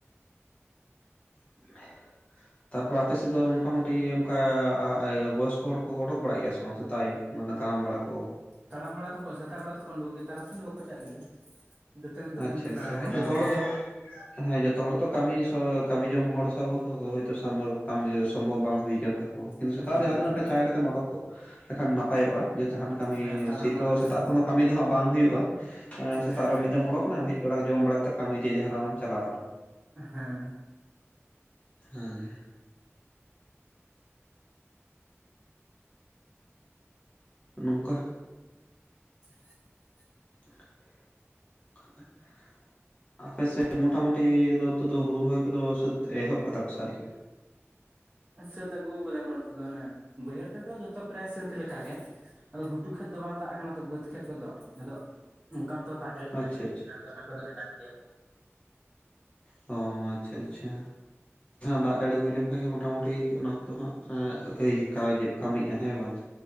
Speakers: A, on the left (about 25°); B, on the right (about 20°).
A: <unintelligible> ᱛᱟᱨᱯᱚᱨᱮ ᱟᱯᱮᱥᱮᱫ ᱫᱚ ᱢᱚᱴᱟᱢᱩᱴᱤ ᱚᱱᱠᱟ ᱵᱚᱭᱚᱥᱠᱚ ᱦᱚᱲ ᱠᱚ ᱚᱰᱚᱠ ᱵᱟᱲᱟᱜ ᱜᱮᱭᱟ ᱥᱮ ᱵᱟᱝ ᱥᱮᱛᱟᱜ ᱟᱹᱭᱩᱵ? ᱢᱟᱱᱮ ᱛᱟᱲᱟᱢ ᱵᱟᱲᱟ ᱠᱚ?
B: ᱛᱟᱲᱟᱢ ᱵᱟᱲᱟ ᱫᱚᱠᱚ ᱥᱮᱛᱟᱜ ᱵᱮᱲᱟ ᱫᱚᱠᱚ ᱩᱰᱩᱠ ᱜᱮᱭᱟ ᱛᱟᱨᱟᱥᱤᱧ ᱫᱚ ᱵᱟᱠᱚ ᱪᱟᱜ ᱜᱮᱭᱟ ᱫᱟᱹᱛᱟᱹᱱᱤ ᱫᱟᱹᱛᱟᱹᱱᱤ
A: ᱟᱪᱪᱷᱟ
B: ᱠᱚ
A: ᱟᱪᱪᱷᱟ
B: ᱛᱟᱲᱟᱢ
A: ᱦᱮᱸ
B: ᱵᱟᱲᱟᱭᱟ᱾
A: ᱡᱚᱛᱚ ᱦᱚᱲ ᱫᱚ ᱦᱮᱸ ᱡᱚᱛᱚ ᱦᱚᱲ ᱛᱚ ᱠᱟᱹᱢᱤ ᱠᱟᱹᱢᱤ ᱡᱚᱝ ᱦᱚᱲ ᱥᱮ ᱟᱵᱚᱼᱼ ᱦᱚᱭᱛᱳ ᱥᱟ ᱠᱟᱹᱢᱤ ᱥᱚᱢᱵᱷᱚᱵᱽ ᱵᱟᱝ ᱦᱩᱭ ᱟᱠᱟᱱ ᱛᱟᱠᱚᱣᱟ ᱠᱤᱱᱛᱩ
B: ᱦᱮᱸ
A: ᱥᱮᱛᱟᱜ ᱨᱮ ᱡᱟᱦᱟᱸ ᱛᱤᱱᱟᱹᱜ ᱴᱟ ᱪᱟᱭ ᱚᱰᱠᱚᱜ ᱞᱮᱠᱷᱟᱱ ᱱᱟᱯᱟᱭᱚᱜᱼᱟ ᱡᱮ ᱡᱟᱦᱟᱱ ᱠᱟᱹᱢᱤ
B: ᱦᱮᱸ ᱛᱟᱲᱟᱢ
A: ᱥᱤᱛᱻ
B: ᱵᱟᱲᱟ ᱞᱮᱠᱷᱟᱱ
A: ᱥᱮᱛᱟᱜ ᱠᱷᱚᱱ ᱠᱟᱹᱢᱤ ᱫᱚᱼᱼ ᱵᱟᱝ ᱦᱩᱭᱩᱜᱼᱟ ᱥᱮᱛᱟᱜ
B: ᱦᱮᱸ
A: ᱨᱮ ᱢᱤᱫ ᱫᱚᱢ ᱚᱰᱳᱠᱱᱟᱢ ᱦᱮᱡᱲᱟ ᱡᱚᱢ ᱵᱟᱲᱟ ᱠᱟᱛᱮ ᱠᱟᱹᱢᱤ ᱡ ᱡᱟᱦᱱᱟᱜᱢ ᱪᱟᱞᱟ ᱣᱱᱟᱢ
B: ᱦᱮᱸᱻ
A: ᱦᱮᱸᱻ ᱱᱚᱝᱠᱟ᱾
B: <unintelligible>
A: <unintelligible> ᱟᱯᱮ ᱥᱮᱫ ᱢᱚᱴᱟᱢᱩᱴᱤ ᱫᱚ ᱱᱚᱛᱮ ᱫᱚ ᱦᱩᱲᱩ ᱨᱚᱦᱚᱭ ᱠᱚᱫᱚ ᱥᱟᱹᱛ ᱮᱦᱚᱵ ᱟᱠᱟᱫᱟ ᱠᱚ ᱥᱮ ᱟᱹᱣᱨᱤ?
B: ᱥᱟᱹᱛ ᱟᱹᱜᱩᱣᱟᱠᱟᱠᱚ ᱱᱚᱛᱮᱫ ᱫᱚ ᱚᱱᱮ ᱵᱟᱹᱭᱦᱟᱹᱲ ᱠᱷᱮᱫ ᱫᱚ ᱡᱚᱛᱚ ᱯᱨᱟᱭ ᱥᱟᱹᱛ ᱞᱮᱠᱟᱜᱮ᱾ ᱟᱫᱚ ᱜᱷᱩᱴᱩ ᱠᱷᱮᱛ ᱫᱚ ᱵᱟᱝ ᱫᱟᱜ ᱠᱟᱱᱟᱼᱼ ᱵᱟᱹᱫᱽ ᱠᱷᱮᱛ ᱠᱚᱫᱚ ᱱᱤᱛᱚᱜ ᱢᱚᱴᱟᱢᱩᱴᱤ ᱫᱟᱜ ᱡᱟᱹᱲᱤ ᱵᱟᱭ
A: ᱟᱪᱪᱷᱟ
B: ᱦᱩᱭᱟᱠᱟᱱᱟ ᱟᱫᱚ ᱚᱱᱟ ᱠᱚᱫᱚ ᱦᱮᱱᱟᱜ ᱜᱮᱭᱟ᱾
A: ᱦᱚᱸ ᱟᱪᱪᱷᱟᱼᱟᱪᱪᱷᱟ ᱫᱟᱜ ᱡᱟᱹᱲᱤ ᱦᱩᱭ ᱞᱮᱱᱠᱟᱱ ᱜᱮ ᱢᱚᱴᱟᱢᱩᱴᱤ ᱚᱱᱟ ᱠᱚᱫᱚ ᱦᱟᱸᱜ ᱮᱭ ᱠᱟᱡᱽ ᱠᱟᱹᱢᱤᱜᱼᱟ ᱦᱮᱸ ᱵᱟᱝ,